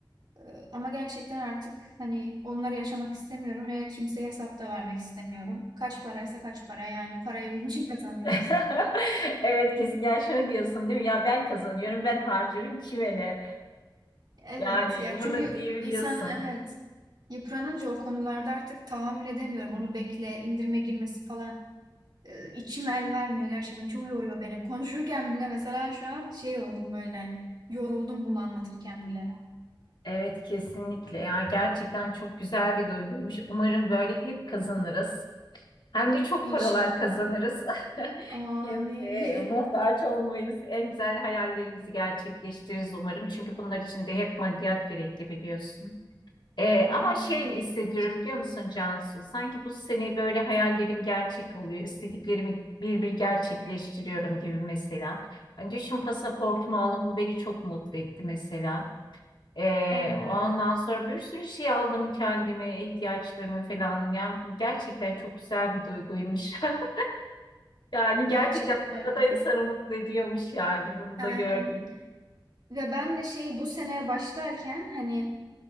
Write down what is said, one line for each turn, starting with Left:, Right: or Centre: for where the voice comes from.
Right: E, Ama gerçekten artık hani onları yaşamak istemiyorum ve kimseye hesap da vermek istemiyorum. Kaç paraysa kaç para yani parayı bunun için kazanıyoruz.
Left: <laughs> Evet kesin. Yani şunu diyorsun değil mi? Ya ben kazanıyorum, ben harcıyorum kime ne?
Right: Evet
Left: Yani
Right: ya çünkü
Left: bunu diyebiliyorsun.
Right: insan evet yıpranınca o konularda artık tahammül edemiyorum. Onu bekle, indirime girmesi falan e, içim el vermiyor gerçekten. Çok yoruyor beni. Konuşurken bile mesela şu an şey oldum böyle. Yoruldum bunu anlatırken bile.
Left: Evet kesinlikle. Ya gerçekten çok güzel bir duyguymuş. Umarım böyle hep kazanırız. Hem de çok
Right: İnşallah.
Left: paralar kazanırız. <laughs>
Right: Amin.
Left: Kimseye muhtaç olmayız. En güzel hayallerimizi gerçekleştiririz umarım. Çünkü bunlar için de hep maddiyat gerekli biliyorsun. Ee,
Right: <laughs> Aynen
Left: ama şey
Right: öyle.
Left: hissediyorum biliyor musun Cansu? Sanki bu sene böyle hayallerim gerçek oluyor. İstediklerimi bir bir gerçekleştiriyorum gibi mesela. Hani düşün pasaportumu aldım bu beni çok mutlu etti mesela. Ee,
Right: Evet,
Left: ondan sonra bir sürü şey aldım kendime, ihtiyaçlarımı falan. Yani bu gerçekten çok güzel bir duyguymuş. <laughs> Yani
Right: gerçekten
Left: gerçekten
Right: öyle.
Left: para da insanı mutlu ediyormuş yani bunu
Right: Aynen.
Left: da gördüm.
Right: Ve ben de şey bu seneye başlarken hani